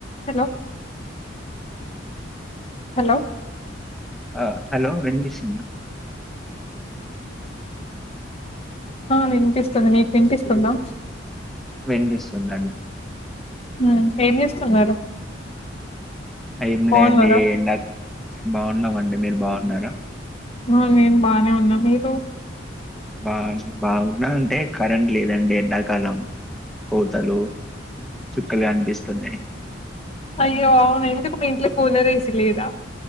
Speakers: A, on the left (about 30°); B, in the centre.
A: Hello hello
B: ఆ hello వినిపిస్
A: ఆ వినిపిస్తుంది నీకు వినిపిస్తుందా
B: వినిపిస్తుందండి
A: ఉమ్ ఏం చేస్తున్నారు
B: టైం
A: బాగున్నారా
B: లే అండి నా బాగున్నావండి మీరు బాగున్నారా
A: ఆ నేను బానే ఉన్నా మీరు
B: బాగ బాగున్నా అంటే కరెంట్ లేదండి ఎండాకాలం కోతలు చుక్కలు గనిపిస్తున్నాయి
A: అయ్యో అవునా ఎందుకు మీ ఇంట్లో కూలర్ ఏసి లేదా